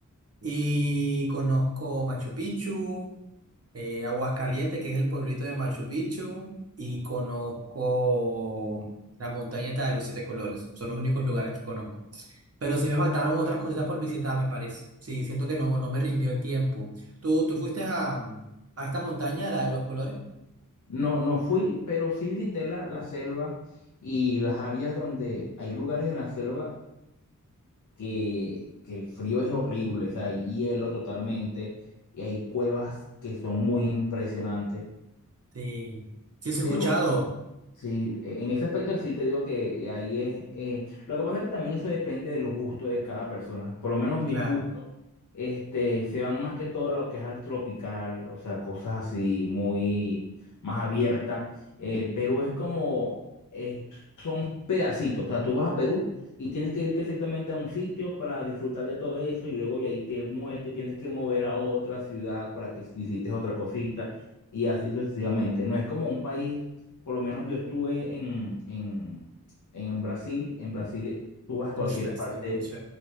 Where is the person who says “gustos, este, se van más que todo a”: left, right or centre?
Left